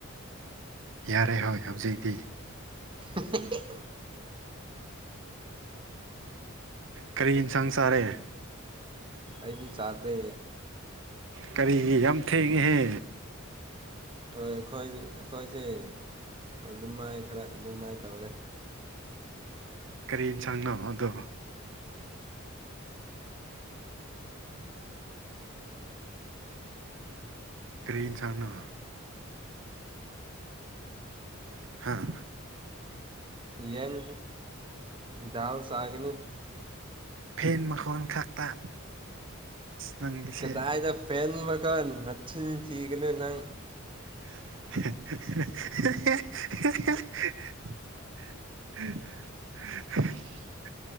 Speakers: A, on the right; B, on the right.
A: ꯌꯥꯔꯦ ꯍꯣꯏ ꯍꯧꯖꯤꯛꯇꯤ
B: <unintelligible>
A: ꯀꯔꯤ ꯌꯦꯟꯁꯥꯡ ꯆꯥꯔꯦ
B: ꯑꯩꯗꯤ ꯆꯥꯗ꯭ꯔꯦ
A: ꯀꯔꯤꯒꯤ ꯌꯥꯝ ꯊꯦꯡꯉꯤꯍꯦ
B: ꯍꯣꯏ ꯑꯩꯈꯣꯏꯁꯦ ꯑꯩꯈꯣꯏꯁꯦ ꯑꯗꯨꯝ ꯃꯥꯏ ꯈꯔ ꯑꯗꯨꯝ ꯃꯥꯏꯅ ꯇꯧꯔꯦ
A: ꯀꯔꯤ ꯌꯦꯟꯁꯥꯡꯅꯕ ꯑꯗꯣ ꯀꯔꯤꯟꯁꯥꯡꯅ ꯍꯥꯥ
B: ꯌꯦꯟ ꯗꯥꯜ ꯆꯥꯒꯅꯤ
A: ꯐꯦꯟ ꯃꯈꯣꯟ ꯈꯛꯇ ꯅꯪꯒꯤꯁꯦ
B: ꯀꯗꯥꯏꯗ ꯐꯦꯟꯃꯒ ꯅꯠꯁꯤꯤꯟꯈꯤꯤꯒꯅꯣ ꯅꯪ
A: <unintelligible> ꯎ